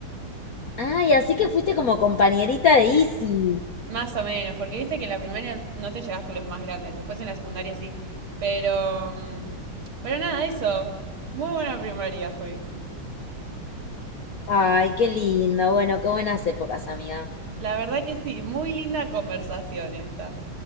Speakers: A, on the left; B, on the right.
A: Ay, así que fuiste como compañerita de Isi.
B: Más o menos, porque viste que en la primaria no te llevas con los más grandes, después en la secundaria sí. Pero. mm, Pero nada, eso. Muy buena primaria fui.
A: Ay, qué linda. Bueno, qué buenas épocas, amiga.
B: La verdad que sí, muy linda conversación esta.